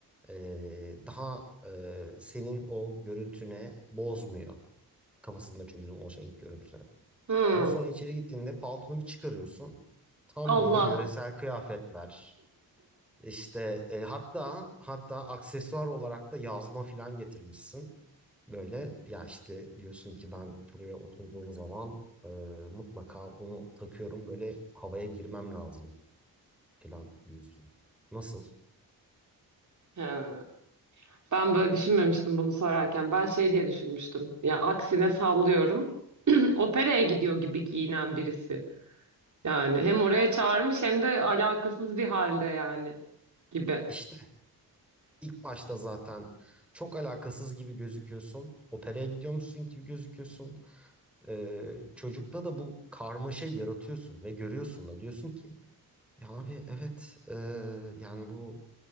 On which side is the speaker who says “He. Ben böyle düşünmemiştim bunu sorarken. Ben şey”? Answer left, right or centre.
Right